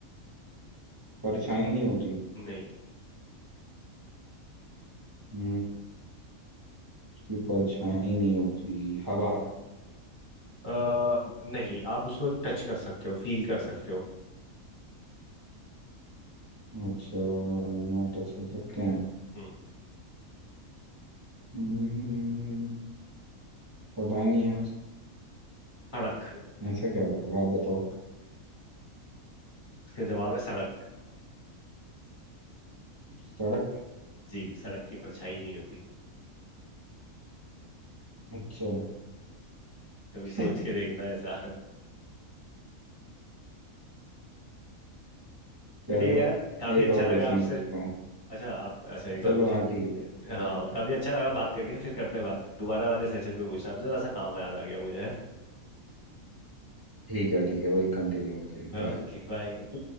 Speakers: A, on the right (about 20°); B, on the left (about 35°).
A: परछाई नहीं होती
B: नहीं
A: हम्म इसकी परछाई नहीं होती हवा
B: आ, नहीं आप उसको टच कर सकते हो फील कर सकते हो
A: अच्छा यहाँ टच कर सकते हैं
B: हम्म
A: हम्म पता नहीं यार
B: सड़क
A: ऐसा क्या होगा आप बताओ
B: उसका जवाब है सड़क
A: सड़क
B: जी सड़क की परछाई नहीं होती
A: अच्छा
B: कभी
A: <laughs>
B: सोच के देखना ऐसा
A: चलो
B: चलिए यार काफी
A: एक
B: अच्छा
A: और
B: लगा
A: क्वेश्चन
B: आपसे
A: पूछता हूँ
B: अच्छा आप अच्छा एक
A: चलो
B: और पूछें
A: हाँ ठीक है अगर
B: हाँ
A: आप
B: काफी अच्छा लगा बात करके फिर करते हैं बात दोबारा वाले सेशन में पूछना आप जरा सा काम याद आ गया मुझे
A: ठीक है ठीक है विल कंटिन्यू ओके
B: okay
A: बाय
B: bye